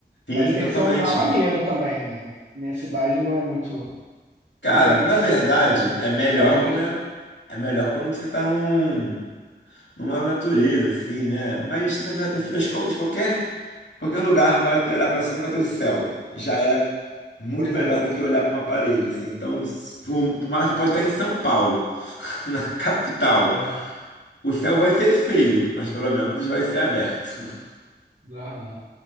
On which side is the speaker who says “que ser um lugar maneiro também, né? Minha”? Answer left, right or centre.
Right